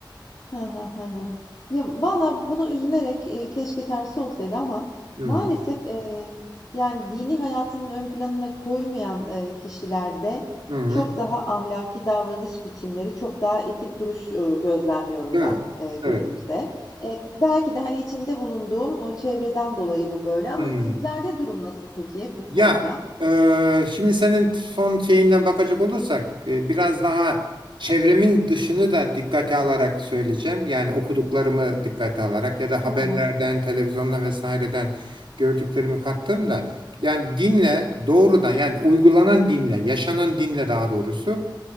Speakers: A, on the left; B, on the right.
A: Hı hı, hı hı. Ya, valla buna üzülerek, eee, keşke tersi olsaydı ama
B: Hmm.
A: maalesef, eee, yani, dini hayatının ön planına koymayan, eee, kişilerde
B: Hı hı.
A: çok daha ahlaki davranış biçimleri, çok daha etik duruş, ııı, gözlemliyorum
B: Değil
A: ben,
B: mi?
A: eee, günümüzde.
B: Evet.
A: Eee, belki de, hani, içinde bulunduğum o çevreden dolayı bu böyle ama
B: Hı.
A: sizlerde durum nasıl peki bu
B: Ya
A: konuda?
B: e, şimdi senin son şeyinden bakacak olursak e, biraz daha çevremin dışını da dikkate alarak söyleyeceğim. Yani okuduklarımı dikkate alarak ya da haberlerden,
A: Hı hı.
B: televizyondan vesaireden gördüklerimi kattığımda yani dinle doğrudan yani uygulanan dinle, yaşanan dinle daha doğrusu